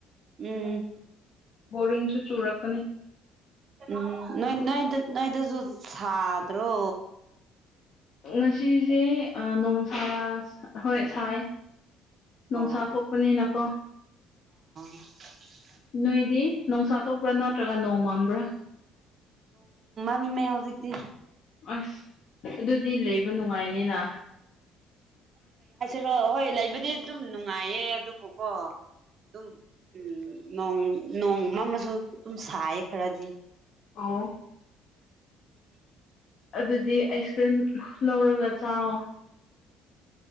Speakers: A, on the right; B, on the left.
A: ꯎꯝ
B: ꯕꯣꯔꯤꯡꯁꯨ ꯆꯨꯔꯛꯄꯅꯤ
A: ꯎꯝ ꯅꯣꯏ ꯅꯣꯏꯗ ꯅꯣꯏꯗꯁꯨ ꯁꯥꯗ꯭ꯔꯣ
B: ꯉꯁꯤꯁꯦ ꯅꯣꯡꯁꯥꯔ ꯍꯣꯏ ꯁꯥꯏ ꯅꯨꯡꯁꯥ
A: ꯑꯣ
B: ꯊꯣꯛꯄꯅꯤꯅꯀꯣ
A: <unintelligible>
B: ꯅꯣꯏꯗꯤ ꯣꯡꯁꯥ ꯊꯣꯛꯄ꯭ꯔꯥ ꯅꯠꯇ꯭ꯔꯒ ꯅꯣꯡ ꯃꯝꯕ꯭ꯔꯥ
A: ꯝꯃꯦ ꯍꯧꯖꯤꯛꯇꯤ
B: ꯑꯁ ꯑꯗꯨꯗꯤ ꯂꯩꯕ ꯅꯨꯡꯉꯥꯏꯅꯤꯅ
A: ꯍ ꯍꯣꯏ ꯂꯩꯕꯗꯤ ꯑꯗꯨꯝ ꯅꯨꯡꯉꯥꯏꯌꯦ ꯑꯗꯨꯕꯨꯀꯣ ꯑꯗꯨꯝ ꯎꯝ ꯅꯣꯡ ꯅꯣꯡꯃ ꯑꯃꯁꯁꯨ ꯑꯗꯨꯝ ꯁꯥꯏꯌꯦ ꯈꯔꯗꯤ
B: ꯑ
A: <unintelligible>
B: ꯑꯗꯨꯗꯤ ꯑꯥꯏꯁ ꯀ꯭ꯔꯤꯝ ꯂꯧꯔꯒ ꯆꯥꯛꯑꯣꯣ